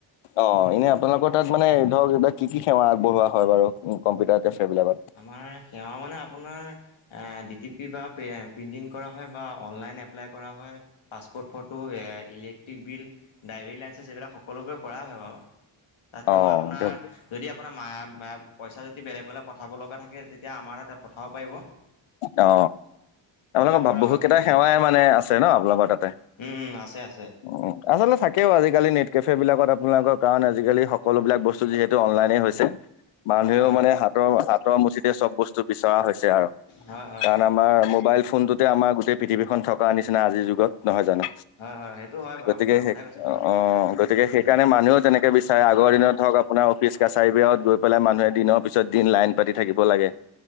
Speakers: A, on the left (about 85°); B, on the left (about 65°).
A: অ এনে আপোনালোকৰ তাত মানে ধৰক এইবিলাক কি কি, সেৱা আগবঢ়োৱা হয় বাৰ কম্পিউটাৰ কেফে বিলাকত।
B: আমাৰ সেৱা মানে, আপোনাৰ ডি টি পি বা প্ৰিটিং কৰা হয় বা অনলাইন এপ্লাই কৰা হয়। পাছপোৰ্ট ফটো এ ইলেক্ট্ৰিক বিল ড্ৰাইভিং লাই এইবিলাক সকলোবোৰে কৰা হয় বাৰু তাতো
A: অ
B: আপোনাৰ
A: দিয়ক
B: যদি আপোনাৰ মায় পইচা যদি বেলেগলে পঠাব লগা থাকে তেতিয়া আমাৰ তাতে পঠাব পাৰিব।
A: অ
B: সেইবিলাক
A: আপোনালোকৰ
B: কৰা
A: বহুত
B: হয় গোটেইখিনি
A: কেইটা সেৱাই মানে আছে ন আপোনালোকৰ তাতে
B: উম উম আছে আছে
A: উ, আচলতে থাকেও আজিকালি নেট কেফে বিলাকত আপোনালোকৰ কাৰণ আজিকালি সকলোবিলাক বস্তু যিহেতু অনলাইনেই, মানুহেও
B: হয় হয়
A: মানে হাতৰ হাতৰ মুঠিতে চব বস্তু বিচৰা হৈছে আৰু
B: হয় হয়
A: কাৰণ
B: হয়
A: আমাৰ মোবাইল ফোনটোতে আমাৰ গোটেই পৃথিৱীখন থকা নিচিনা আজিৰ যুগত নহয় জানো।
B: হয় হয় সেইটো হয় বাৰু
A: গতিকে
B: ভাল
A: সেই
B: কথাই কৈছে বাৰু
A: অ গতিকে
B: উম
A: সেইকাৰণে মানুহও তেনেকে বিচাৰে
B: হয়
A: আগৰ
B: হয়
A: দিনত ধৰক আ আপোনাৰ অফিচ কাছাৰী বিলাকত গৈ পেলাই মানুহে দিনৰ পিছত দিন লাইন পাতি থাকিব লাগে